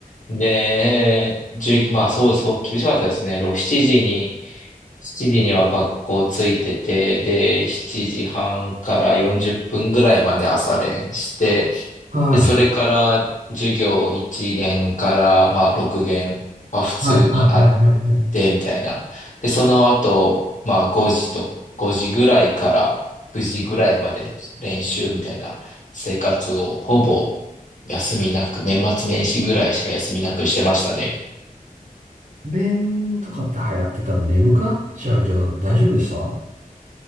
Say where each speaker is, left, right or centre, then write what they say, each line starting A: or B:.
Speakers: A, on the left; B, on the right.
A: で、じゅう、まあそうそう、厳しかったですね。6、7時に、7時には学校ついてて、で、7時半から40分ぐらいまで朝練して、
B: はい。
A: で、それから授業1限から、まあ6限は普通にあっ
B: はい、はい、はい、はい。はい
A: て、みたいな。で、その後、まあ5時と、5時ぐらいから9時ぐらいまで練習みたいな生活をほぼ休みなく、年末年始ぐらいしか休みなくしてましたね。
B: 弁とかって流行ってたら眠くなっちゃうけど、大丈夫でした <laughs>